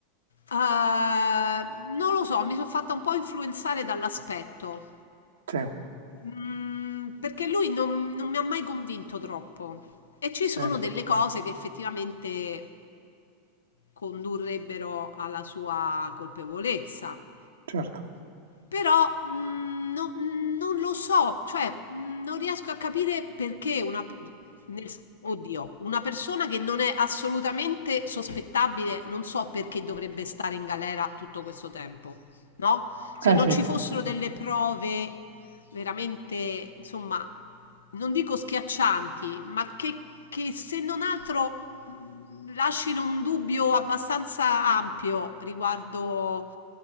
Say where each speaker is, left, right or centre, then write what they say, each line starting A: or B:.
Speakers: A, on the left; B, on the right.
A: eh, non lo so, mi sono fatta un po' influenzare dall'aspetto,
B: Sì,
A: Mm, perché lui non, non mi ha mai convinto troppo. E ci
B: sì,
A: sono delle cose che effettivamente condurrebbero alla sua colpevolezza.
B: certo.
A: Però mm, no- non lo so, cioè mm, non riesco a capire perché una... p- nel- oddio, una persona che non è assolutamente sospettabile, non so perché dovrebbe stare in galera tutto questo tempo, no? Se
B: Eh
A: non
B: sì,
A: ci fossero delle prove veramente, insomma, non dico schiaccianti, ma che, che se non altro mm, lasciano un dubbio abbastanza ampio riguardo